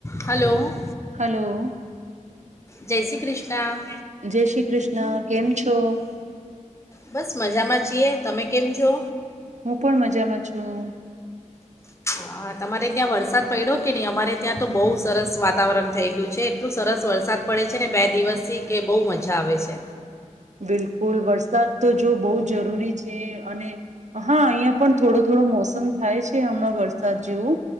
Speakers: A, on the left; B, on the right.
A: હલો.
B: હલો.
A: જય શ્રી કૃષ્ણ
B: જય શ્રી કૃષ્ણ કેમ છો.
A: બસ મજામાં છીએ તમે કેમ છો.
B: હું પણ મજામાં છું.
A: હા તમારે ત્યાં વરસાદ પડ્યો કે નહીં અમારે ત્યાં તો બહુ સરસ વાતાવરણ થઈ ગયું છે. એટલું સરસ વરસાદ પડે છે ને બે દિવસથી કે બહુ મજા આવે છે.
B: બિલકુલ વરસાદ તો જો બહુ જરૂરી છે અને હા અહિયાં પણ થોડો થોડો મોસમ થાય છે હમણાં વરસાદ જેવું.